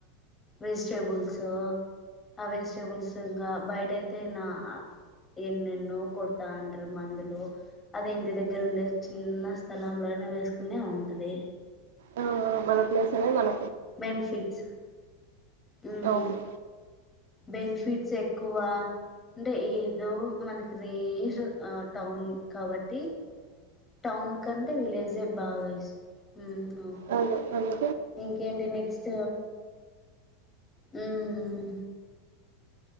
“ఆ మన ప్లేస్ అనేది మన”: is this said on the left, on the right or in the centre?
Right